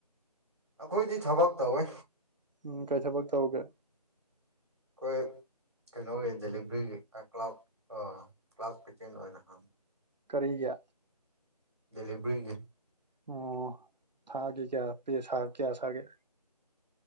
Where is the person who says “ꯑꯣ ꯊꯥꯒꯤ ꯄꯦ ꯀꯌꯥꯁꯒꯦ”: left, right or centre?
Right